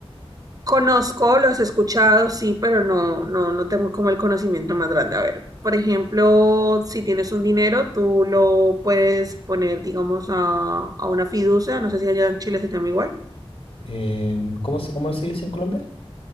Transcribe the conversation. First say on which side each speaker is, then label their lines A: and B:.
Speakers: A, on the right; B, on the left.
A: Conozco, los he escuchado, sí, pero no, no, no tengo como el conocimiento más grande. A ver, por ejemplo, si tienes un dinero, tú lo puedes poner, digamos, a, a una fiducia, no sé si allá en Chile se llama igual
B: Em, ¿cómo se, cómo se dice en Colombia?